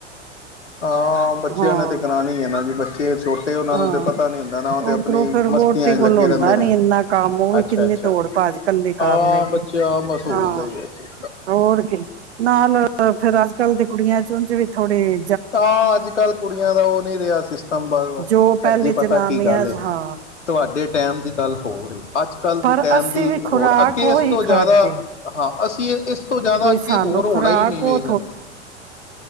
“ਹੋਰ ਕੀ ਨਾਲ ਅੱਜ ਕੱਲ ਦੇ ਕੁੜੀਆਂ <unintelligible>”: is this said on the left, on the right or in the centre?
Right